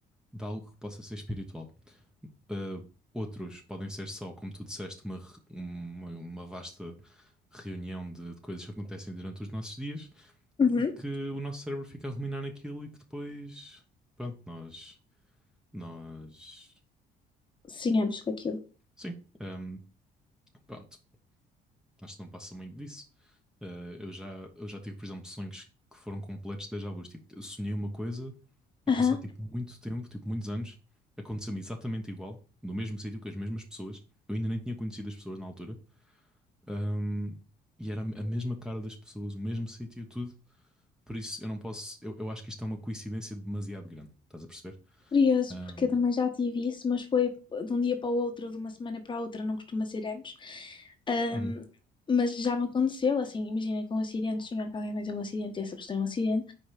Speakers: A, in the centre; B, on the left.
A: de algo que possa ser espiritual. Eh, outros podem ser só, como tu disseste, uma, re- uma, uma vasta reunião de, de coisas que acontecem durante os nossos dias
B: Uhum.
A: e que o nosso cérebro fica a ruminar naquilo e que depois, pronto, nós, nós,
B: Sigamos com aquilo.
A: sim, hum, pronto, acho que não passa muito disso. Uh, eu já, eu já tive, por exemplo, sonhos que foram completos déjà vus, tipo, eu sonhei uma coisa e
B: Aham.
A: passado, tipo, muito tempo, tipo, muitos anos, aconteceu-me exatamente igual, no mesmo sítio, com as mesmas pessoas, eu ainda nem tinha conhecido as pessoas na altura, Ahm, e era a mesma cara das pessoas, o mesmo sítio, tudo. Por isso eu não posso. Eu, eu acho que isto é uma coincidência demasiado grande. Estás a perceber?
B: Curioso,
A: Ahm,
B: porque eu também já tive isso, mas foi de um dia para o outro, de uma semana para a outra, não costuma ser antes. Ahm,
A: uhum.
B: mas já me aconteceu, assim, imagina com um acidente, sonhar que alguém vai ter um acidente e essa pessoa tem um acidente.